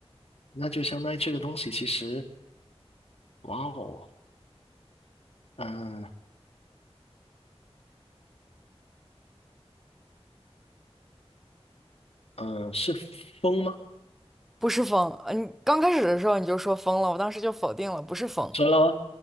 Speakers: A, on the left; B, in the centre.
A: 那就相当于这个东西其实，哇哦，嗯、嗯、是风吗？
B: 不是风，嗯，你刚开始的时候你就说风了，我当时就否定了，不是风。
A: 说了吗？